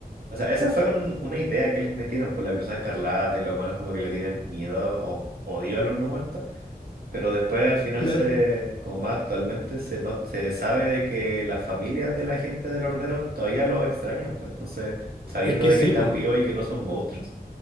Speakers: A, on the right; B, on the left.
A: O sea, esa fue un- una idea que les metieron por la Cruzada Escarlata y los humanos como que le tienen miedo o odio a los no muertos. Pero después al final
B: Claro.
A: se, como más actualmente, se, no, se sabe de que las familias de la gente del Orderon todavía lo extrañan, pues entonces, sabiendo
B: Es que
A: de
B: sí,
A: que están
B: pues.
A: vivos y que no son monstruos,